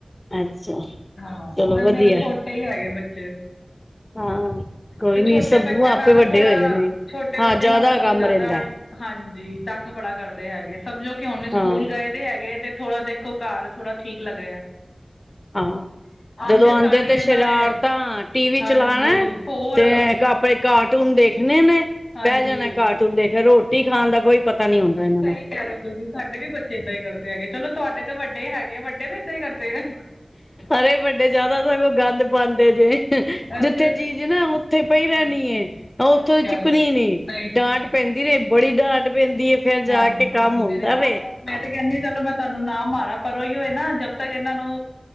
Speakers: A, on the left (about 30°); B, on the left (about 80°).
A: ਅੱਛਾ
B: ਹਾਂ,
A: ਚਲੋ
B: ਹੁਣ
A: ਵਧੀਆ
B: ਮੇਰੇ ਛੋ ਕੇ ਈ ਹੈਗੇ ਬੱਚੇ।
A: ਹਾਂ ਕੋਈ
B: ਤੇ
A: ਨੀ
B: ਛੋਟੇ
A: ਸਭ
B: ਬੱਚਿਆਂ
A: ਆਪੇ
B: ਨਾਲ
A: ਵੱਡੇ
B: ਥੋੜਾ,
A: ਹੋ ਜਾਣੇ
B: ਛੋਟੇ
A: ਹਾਂ
B: ਬੱਚਿਆਂ
A: ਜ਼ਿਆਦਾ
B: ਨਾਲ ਸਗੋਂ
A: ਕੰਮ
B: ਜਾਦਾ
A: ਰਹਿੰਦਾ
B: ਹਾਂਜੀ, ਤੰਗ ਬੜਾ ਕਰਦੇ ਹੈਗੇ ਸਮਝੋ ਕਿ ਹੁਣ ਵੀ ਸਕੂਲ
A: ਹਾਂ
B: ਗਏ ਦੇ ਹੈਗੇ ਤੇ ਥੋੜਾ ਦੇਖੋ ਘਰ, ਥੋੜਾ ਠੀਕ ਲੱਗ ਰਿਹਾ।
A: ਹਾਂ,
B: ਆਉਂਦੇ
A: ਜਦੋਂ ਆਂਦੇ
B: ਸਾਰ ਹੀ
A: ਤੇ
B: ਇਹਨਾਂ
A: ਸ਼ਰਾਰਤਾਂ,
B: ਨੇ
A: ਟੀ ਵੀ
B: ਹਾਂਜੀ
A: ਚਲਾਣਾ
B: ਹੋਰ
A: ਤੇ ਐ ਕਾ ਪੇ ਕਾਰਟੂਨ ਦੇਖਣੇ ਨੇ।
B: ਹਾਂਜੀ
A: ਬੈ ਜਾਨਾ ਕਾਰਟੂਨ ਦੇਖਣ, ਰੋਟੀ ਖਾਨ ਦਾ ਕੋਈ ਪਤਾ ਨੀ ਹੁੰਦਾ
B: ਸਹੀ
A: ਇਨਾਂ ਨੂੰ।
B: ਕਹਿ ਰਹੇ ਹੋ ਤੁਸੀਂ, ਸਾਡੇ ਵੀ ਬੱਚੇ ਏਦਾਂ ਹੀ ਕਰਦੇ ਹੈਗੇ ਚਲੋ ਤੁਹਾਡੇ ਤੇ ਵੱਡੇ ਹੈਗੇ ਆ, ਵੱਡੇ ਵੀ ਏਦਾਂ ਹੀ ਕਰਦੇ ਆ
A: ਅਰੇ ਵੱਡੇ ਜ਼ਿਆਦਾ ਸਗੋਂ ਗੰਦ ਪਾਉਂਦੇ ਜੇ
B: ਇੱਥੇ
A: ਜਿੱਥੇ ਚੀਜ਼ ਨਾ ਓਥੇ ਪਈ ਰੈਨੀ
B: ਹਾਂਜੀ
A: ਏ ਤਾਂ ਓਥੋਂ
B: ਅਸੀਂ
A: ਦੀ
B: ਕਹਿ
A: ਚੁੱਕਣੀ
B: ਰਹੇ
A: ਨ
B: ਨਹੀਂ ਚੁੱਕਣੀ
A: ਡਾਂਟ ਪੈਂਦੀ ਰਹਿੰ ਬੜੀ ਡਾਂਟ ਪੈਂਦੀ ਏ, ਫੇਰ ਜਾ
B: ਹਾਂਜੀ
A: ਕੇ ਕੰਮ ਹੁੰਦਾ
B: ਮੇਰੇ
A: ਵੇ।
B: ਆਪ ਮੈਂ ਤੇ ਕਹਿੰਦੀ ਹਾਂ, ਚਲੋ ਮੈਂ ਤੁਹਾਨੂੰ ਨਾ ਮਾਰਾ, ਪਰ ਉਹੀ ਹੋਏ ਨਾ ਜਦ ਤੱਕ ਇਹਨਾਂ ਨੂੰ